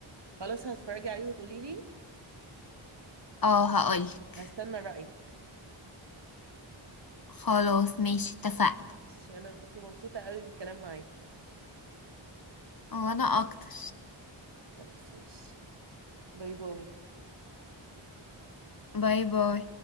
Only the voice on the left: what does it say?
اه هقولك
خلاص ماشي اتفقنا
وانا اكتر
باي باي